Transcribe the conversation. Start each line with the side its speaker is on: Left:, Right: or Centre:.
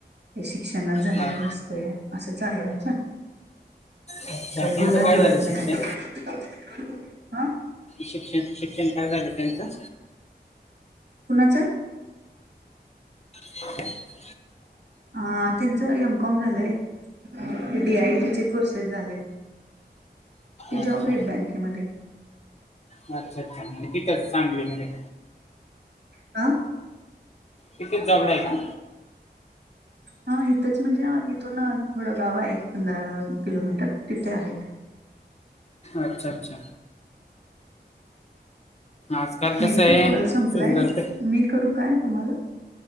Right: हे शिक्षणचं झालेलं
Left: हां
Right: नसतयं असं चालू आहे.
Left: अच्छा,
Right: काही
Left: त्यांचं
Right: गुणच
Left: काय झालं शिक्षण?
Right: <unintelligible> हा
Left: शिक्षण शिक्षण काय झालं त्यांचं?
Right: कुणाचं?
Left: <unintelligible>
Right: अ त्यांचं एम कॉम झालंय ते डी आय टी चे कोर्सेस झालेत. ते
Left: अच्छा
Right: जॉबला आहेत बँकेमध्ये.
Left: अच्छा अच्छा म्हणजे तिथंच सांगलीमध्ये.
Right: आ
Left: तिथेच जवल आहे का?
Right: हा इथंच म्हणजे इथून थोडं गाव आहे एक पंधरा किलोमीटर तिथे आहेत.
Left: अच्छा अच्छा. आजकाल कसं
Right: मिनटं
Left: आहे
Right: कॉल संपलाय,
Left: सुंदर पे
Right: मी करू काय तुम्हाला?